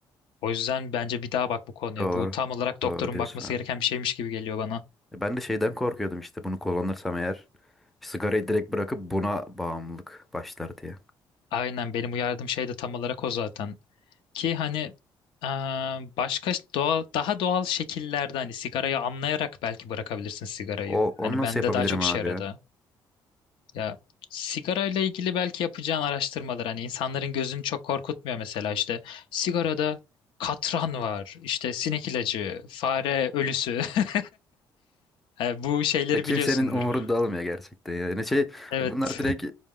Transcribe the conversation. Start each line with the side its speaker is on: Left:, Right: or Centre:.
Left: O yüzden bence bir daha bak bu konuya.
Centre: Doğru.
Left: Bu tam olarak
Centre: Doğru
Left: doktorun
Centre: diyorsun
Left: bakması
Centre: abi.
Left: gereken bir şeymiş gibi geliyor bana.
Centre: E, Ben de şeyden korkuyordum işte bunu kullanırsam eğer sigarayı direkt bırakıp buna bağımlılık başlar diye.
Left: Aynen benim uyardığım şey de tam olarak o zaten. Ki hani e, başka doğa, daha doğal şekillerde hani sigarayı anlayarak belki bırakabilirsin sigarayı.
Centre: O,
Left: Hani
Centre: onu nasıl
Left: bende
Centre: yapabilirim
Left: daha çok
Centre: abi
Left: işe yaradı.
Centre: ya?
Left: Ya sigarayla ilgili belki yapacağın araştırmalar hani insanların gözünü çok korkutmuyor mesela işte sigarada katran var, işte sinek ilacı, fare ölüsü. <laughs> E, Bu şeyleri
Centre: Ya kimsenin
Left: biliyorsundur.
Centre: umurunda olmuyor gerçekten ya. Yani şey
Left: Evet,
Centre: adamlar direkt